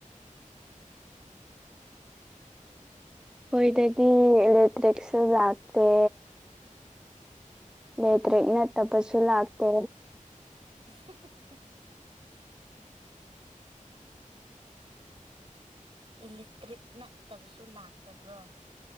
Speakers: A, in the centre; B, on the right.
A: ꯑꯈꯣꯏꯗꯗꯤ ꯏꯂꯦꯛꯇ꯭ꯔꯤꯛꯁꯨ ꯂꯥꯛꯇꯦ ꯂꯦꯛꯇ꯭ꯔꯤꯛ ꯅꯠꯇꯕꯁꯨ ꯂꯥꯛꯇꯦ
B: <inaudible> ꯏꯂꯦꯛꯇ꯭ꯔꯤꯛ ꯅꯠꯇꯕꯁꯨ ꯂꯥꯛꯇꯕ꯭ꯔꯣ